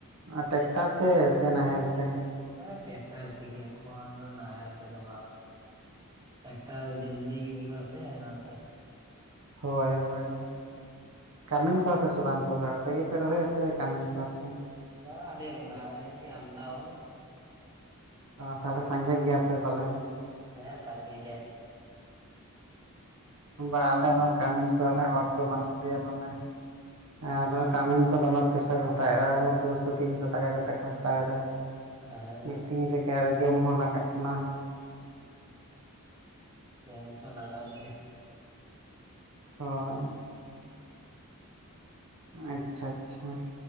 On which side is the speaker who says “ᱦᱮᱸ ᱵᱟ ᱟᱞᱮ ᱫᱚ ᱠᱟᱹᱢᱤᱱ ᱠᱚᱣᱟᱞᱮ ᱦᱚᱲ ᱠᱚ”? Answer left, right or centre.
Right